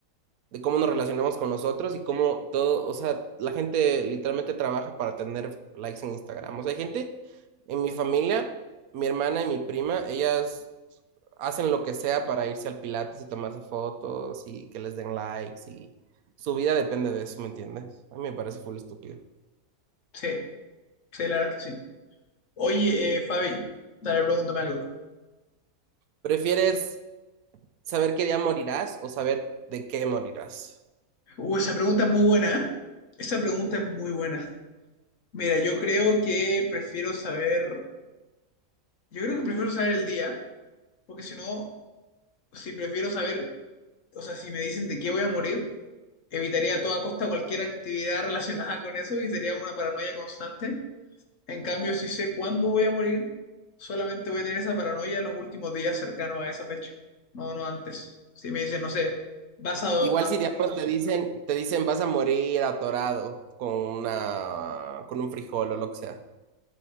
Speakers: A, on the right; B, on the left.
A: de cómo nos relacionamos con los otros y cómo todo, o sea, la gente literalmente trabaja para tener likes en Instagram. O sea, hay gente en mi familia, mi hermana y mi prima, ellas hacen lo que sea para irse al Pilates y tomarse fotos y que les den likes y su vida depende de eso, ¿me entiendes? A mí me parece full estúpido.
B: Sí, sí, la verdad es que sí. Oye, eh, Fabi, dale, pregúntame algo.
A: ¿Prefieres saber qué día morirás o saber de qué morirás?
B: Uh, esa pregunta es muy buena, ¿eh? Esa pregunta es muy buena. Mira, yo creo que prefiero saber, yo creo que prefiero saber el día, porque si no, si prefiero saber o sea, si me dicen de qué voy a morir, evitaría a toda costa cualquier actividad <laughs> relacionada con eso y sería una paranoia constante. En cambio, si sé cuándo voy a morir, solamente voy a tener esa paranoia en los últimos días cercanos a esa fecha, no, no antes. Si me dicen, no sé, vas a,
A: Igual
B: a
A: si
B: morir,
A: diablos te dicen, te dicen vas a morir atorado con una, con un frijol o lo que sea.